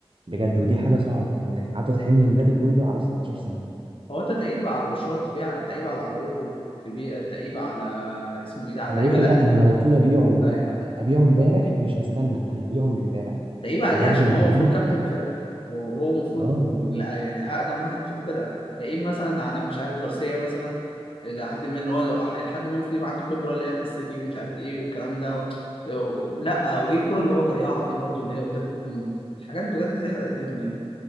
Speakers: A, on the right (about 55°); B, on the left (about 60°).
A: بجد ودي حاجة صعبة إنك حاطط حمل النادي كله على 17 سنة
B: هو انت تعيب على برشلونه تبيع تعيب على اراوخو تبيع تعيب على اسمه ايه ده على اللعيبه
A: أراوخو
B: لا
A: ده أنا لو طول أبيعه
B: فاهم
A: أبيعه إمبارح مش هستنى
B: مم.
A: أنا هبيعه من إمبارح
B: تعيب عليه
A: بجد
B: عشان
A: لعيب
B: هو المفروض كابتن فرقه وهو المفروض
A: أه
B: لا، يعني اقدم واحد في الفرقه تعيب مثلا على مش عارف جارسيا مثلا لحد ما ان هو لحد ما المفروض يبقى عنده خبره لاعب في السيتي ومش عارف ايه والكلام ده و... و- لا وايه الكره اللي هو ضيعها دي برضو اللي هي قدام الجون حاجات بجد تحرق الدم يعني